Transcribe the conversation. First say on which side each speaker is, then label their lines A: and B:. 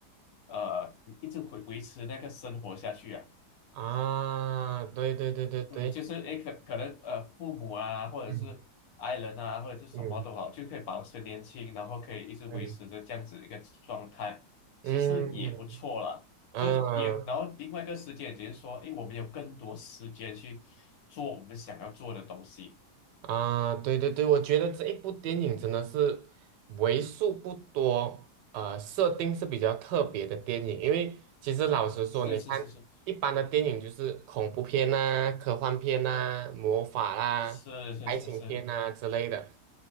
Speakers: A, on the left; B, on the right.
A: 呃一直维维持那个生活下去啊。
B: 啊，对对对对对。
A: 嗯，就是诶，可可能呃，父母啊，或者是爱人啊，
B: 嗯
A: 或者是什么都好，
B: 嗯
A: 就可以保持年轻，然后可以一直维持着这样子一个状态，
B: 嗯嗯
A: 其实也不错啦。
B: 嗯
A: 就是也，然后另外一个时间点就是说，诶，我们有更多时间去做我们想要做的东西。
B: 啊，对对对，我觉得这一部电影真的是为数不多，呃，设定是比较特别的电影。因为其实老实说，
A: 是是是是
B: 你看一般的电影就是恐怖片呐、科幻片呐、魔法啦、
A: 是是是是，
B: 爱情片呐、之类的。